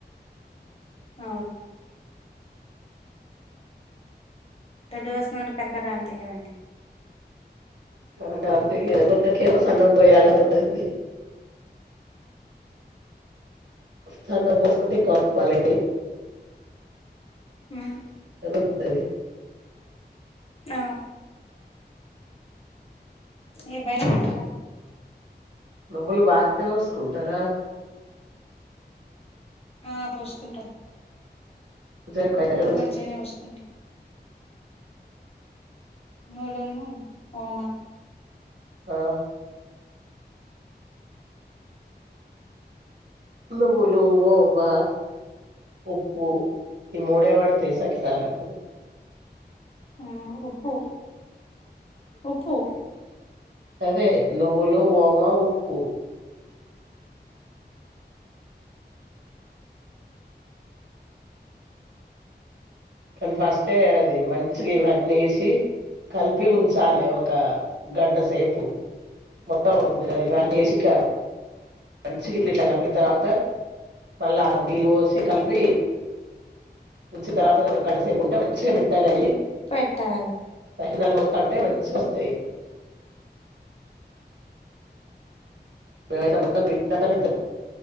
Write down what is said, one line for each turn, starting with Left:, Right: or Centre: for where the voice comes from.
Left: ఆ దొడ్డు కోసిన అండ్ కరకరా అంటాయి కదండి
Right: కర కరంటే ఇక కొందరికి ఏమో సన్నం పోయాలని ఉంటది సన్న మోస్కుంటే కొప్పాలైతాయ్
Left: హ్మ్
Right: అంటది
Left: అవును ఏ భయలు పెడతా
Right: నువ్వులు బార్ తే వోస్కుంటరా
Left: ఆ పోసుకుంటాం
Right: ఉజా <unintelligible>
Left: ములు
Right: మంచిగుంటాయ్
Left: మంచిగానే పోసుకుంటాం మళన్న ఒమా
Right: ఆ ఇంద వులు ఒబా ఒప్పు ఈ మూడేవాడి తెసాకి తాలకు
Left: ఉ ఉప్పు, ఉప్పు
Right: అదే నువ్వులు, ఓమ, ఉప్పు కానీ ఫస్టే అది మంచిగా ఇవన్నీ వేసి కలిపి ఉంచాలి, ఒక గంటసేపు మొత్తం ఇవన్నీ వేసి క మంచి ఇ ఇట్లా కలిపిన తర్వాత మళ్ళా నీళ్ళు పోసి కలిపి, ఉంచిన్న తర్వాత ఒక గంట సేపు ఇంకా మంచిగా మెత్తగాయి.
Left: పెట్టాలి,
Right: సకినాలు పోస్తాంటే మంచిగా వస్తాయి. మీము ఐతే మొత్తం పిండి అంత పోతాం